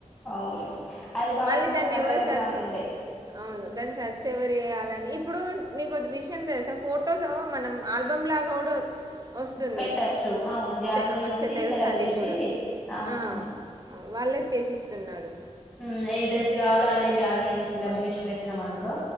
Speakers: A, on the left (about 20°); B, on the right (about 30°).
A: అవును అది బాగున్నప్పుడు
B: మళ్లీ దాన్ని
A: మన
B: ఎవరు
A: దగ్గర
B: సర్చి
A: మనీ ఉండయి
B: అవును దాన్ని సర్చ్ ఎవరు చేయాలని ఇప్పుడూ నీకోటి విషయం తెల్సా ఫోట్ ఫోటోస్ మనం ఆల్బమ్ లాగా కూడ ఒస్తుంది
A: పెట్టచ్చు అవును గ్యాలరీ
B: తే వచ్చే
A: నుండి
B: తెల్సా
A: సెలెక్ట్
B: నీగ్గూడ
A: చేసి అవునవును
B: ఆఁ వాళ్ళే చేశిస్తున్నారు
A: హ్మ్ఁ ఏ డ్రెస్ కావాలో అదే గ్యాలరీ నుండి సెలక్ట్ జేసీ పెట్టినం అనుకో